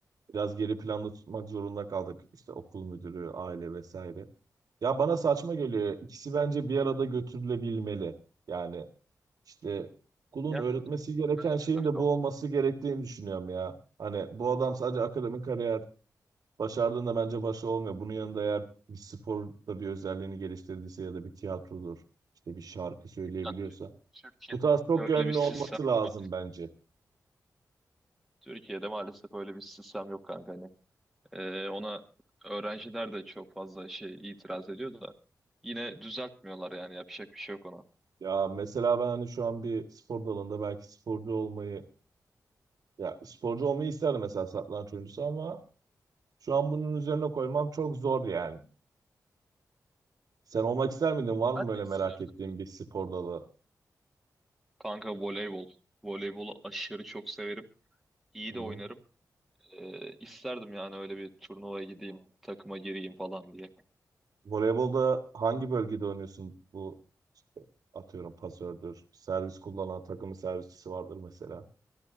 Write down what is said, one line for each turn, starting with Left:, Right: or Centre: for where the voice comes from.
Right: biraz geri planda tutmak zorunda kaldık. İşte okul müdürü, aile vesaire. Ya bana saçma geliyor. İkisi bence bir arada götürülebilmeli. Yani işte okulun
Centre: Yani
Right: öğretmesi gereken
Centre: bence
Right: şeyin
Centre: de öyle
Right: de bu
Centre: olmalı.
Right: olması gerektiğini düşünüyorum ya. Hani bu adam sadece akademik kariyer başardığında bence başı olmuyor. Bunun yanında eğer bir sporda bir özelliğini geliştirdiyse ya da bir tiyatrodur, işte bir şarkı söyleyebiliyorsa
Centre: Ya, Tü- Türkiye'de
Right: bu tarz çok
Centre: öyle
Right: yönlü
Centre: bir sistem
Right: olması lazım
Centre: yok maalesef.
Right: bence.
Centre: Türkiye'de maalesef öyle bir sistem yok kanka. Hani Ee, ona öğrenciler de çok fazla şey itiraz ediyor da yine düzeltmiyorlar yani yapacak bir şey yok ona.
Right: Ya mesela ben hani şu an bir spor dalında belki sporcu olmayı ya sporcu olmayı isterdim mesela satranç oyuncusu ama şu an bunun üzerine koymam çok zor yani. Sen olmak ister miydin? Var
Centre: Ben
Right: mı böyle
Centre: de isterdim
Right: merak ettiğin
Centre: yani.
Right: bir spor dalı?
Centre: Kanka voleybol. Voleybolu aşırı çok severim. İyi
Right: Hı.
Centre: de oynarım. Ee, isterdim yani öyle bir turnuvaya gideyim, takıma gireyim falan diye.
Right: Voleybolda hangi bölgede oynuyorsun? Bu işte atıyorum pasördür, servis kullanan takımın servisçisi vardır mesela.